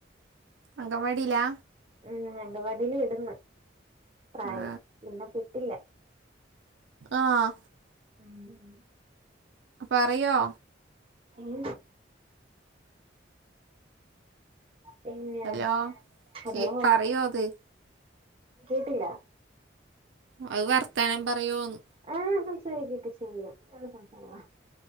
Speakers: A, on the right (about 75°); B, on the right (about 30°).
A: അംഗവാടിലാ?
B: ഉം. അംഗവാടിൽ വിടുന്ന്, പ്രായം
A: ആ
B: ഇന്ന് വിട്ടില്ല.
A: ആഹ്.
B: ഉം.
A: പറയോ?
B: ഉം. പിന്നെ
A: ഹലോ
B: ഹലോ
A: കേ പറയോ ത്?
B: കേട്ടില്ല.
A: അവ് വർത്താനം പറയോന്ന്?
B: ആഹ് സംസാരിക്കൊക്കെ ചെയ്യും. നല്ല സംസാരവാ.